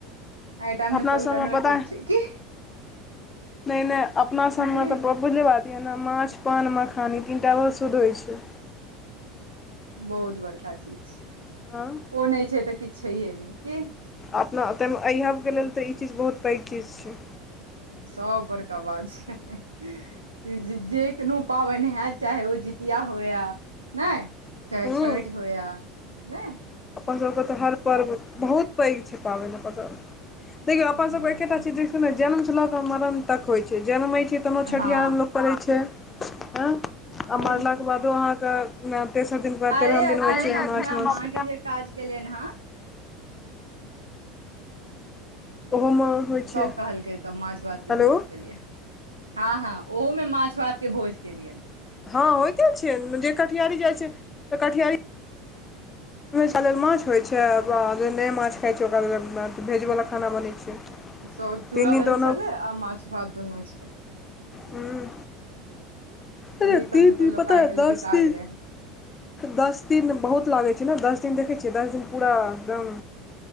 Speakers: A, on the right (about 85°); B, on the left (about 20°).
A: एहि टाइम में
B: अपना
A: सोलकनो
B: सबमे पता
A: ठीक छै की
B: नहि नहि अपना सबमे
A: की
B: तऽ बुझले बात य ने माछ पान मखान ई तीनटा ओहो शुद्ध होइ छय
A: बहुत बड़का चीज छै
B: हँ
A: ओ नय छै तऽ किछु छैहे नय की
B: अपना त ऐहबके लेल तऽ ई चीज बहुत पैघ चीज छय
A: सब बड़का बात छय जे कोनो पाबइन होत चाहे ओ जितिया होय ने चाहे
B: हूँ
A: छठि होय नय
B: अपन सबके तऽ हर पर्व बहुत पैघ छै पाबनि प देखौ अपन
A: हूँ
B: सबके एकेटा चीज ने जन्म छलऽ तऽ मरण तक होइ छै जनमै छै तहनो छठिहार
A: हँ
B: में लोक पड़ै छै हँ आ
A: ओहे
B: मारला
A: ने
B: के बादो अहाँके नय तेसर दिनके बाद
A: अरे
B: तेरहम दिन
A: एखन
B: होइ
A: हम
B: छै
A: अपना
B: माछ
A: माँ
B: मौस
A: के जे काज केलियनि हँ
B: ओहोमे होइ छै
A: सब कहलकै तब माछ भात के
B: हेलो
A: भोज के लियै हँ हँ ओहूमे माछ भात के भोज केलियनि
B: हँ होइते छै जे कटिहारी जाइ छै तऽ कटिहारी लेल माछ होइत छै जे नहि माछ खाइत छै ओकरा लेल भेजवला खाना बनैत छै
A: सब चूड़ा
B: तीन दिन
A: दही
B: दोनो
A: छलै आ माछ भात दुनू छल
B: हूँ अरे
A: ओहि सबमे
B: ती ती
A: तऽ लोक
B: पता
A: आइ
B: ह
A: काल्हि
B: दस
A: बिका
B: दी
A: गेलै हन
B: दस दिन बहुत लागैत छै ने दस दिन देखैत छियै दस दिन पूरा एकदम